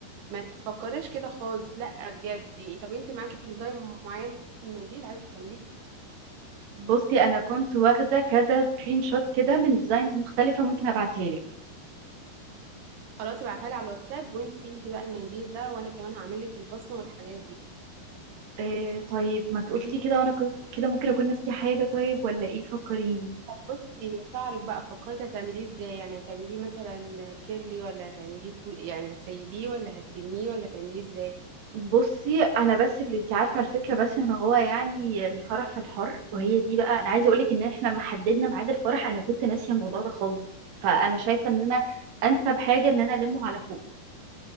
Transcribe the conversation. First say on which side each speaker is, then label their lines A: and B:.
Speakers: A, on the right; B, on the right.
A: ما تفكريش كده خالص لا بجد طب انت معاكي ديزاين معين من منديل عايزه تعمليه
B: بصي انا كنت واخده كذا سكرين شوت كده من ديزاينز مختلفه ممكن ابعتها لك
A: خلاص ابعتها لي على الواتساب وانسي انت بقى المنديل ده وانا كمان هعمل لك البصمه والحاجات دي
B: آه طيب ما تقولي لي كده وانا كنت- كده ممكن اكون ناسيه حاجه طيب ولا ايه فكريني
A: طب بصي شعرك بقى فكرتي هتعمليه ازاي يعني هتعمليه مثلا كيرلي ولا هتعمليه طويل يعني هتسيبيه ولا هتلميه ولا هتعمليه ازاي
B: بصي انا بس اللي انت عارفه على الفكره بس ان هو يعني الفرح في الحر وهي دي بقى انا عايزه اقول لك ان احنا لما حددنا ميعاد الفرح انا كنت ناسيه الموضوع ده خالص فانا شايفه ان انا انسب حاجه ان انا المه على فوق